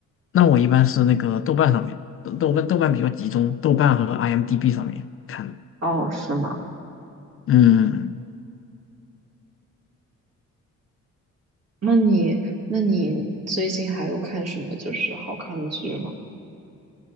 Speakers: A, on the left; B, on the right.
A: 那我一般是那个豆瓣上面，豆豆瓣豆瓣比较集中，豆瓣和 IMDB 上面看的。
B: 哦，是吗？
A: 嗯
B: 那你那你最近还有看什么就是好看的剧吗？